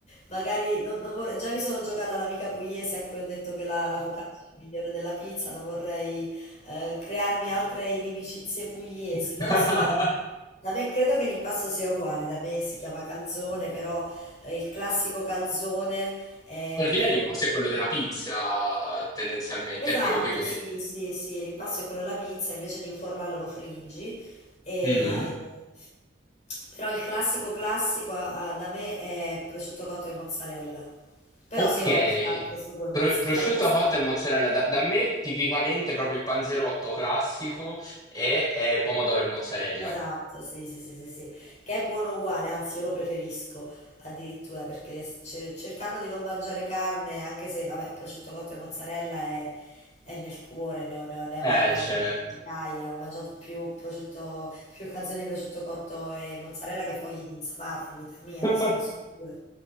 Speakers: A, on the left (about 40°); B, on the left (about 20°).
A: magari non, non vorrei, già mi sono giocata l'amica pugliese a cui ho detto che la, la focaccia è migliore della pizza, non vorrei eh, crearmi altre inimicizie pugliesi,
B: <laughs>
A: però sì, da me, da me credo che l'impasto sia uguale, da me si chiama calzone, però eh, il classico calzone è
B: Alla fine
A: più...
B: l'impasto è quello della pizza, tendenzialmente,
A: Esatto,
B: e poi lo chiudi.
A: sì, sì, sì, l'impasto è quello della pizza, invece di infornarlo lo friggi. E...
B: Mhm.
A: Però il classico classico a- a- da me è prosciutto cotto e mozzarella. Però
B: Ok,
A: sì, ovvio, si parte su due mozzarella,
B: Pro- prosciutto
A: sarà
B: cotto e mozzarella. Da, da me tipicamente proprio il panzerotto classico è, è pomodoro e mozzarella.
A: Esatto, sì, sì, sì, sì, sì, che è buono uguale, anzi io lo preferisco addirittura perché s- ce- cercando di non mangiare carne, anche se vabbè, prosciutto cotto e mozzarella è, è nel cuore, ne, ho- ne ho- ne avrò
B: Eh,
A: mangiato
B: certo.
A: migliaia, ho mangiato più prosciutto, più calzoni di prosciutto cotto e mozzarella che fogli di insalata in vita mia,
B: <laughs>
A: ne sono sicura.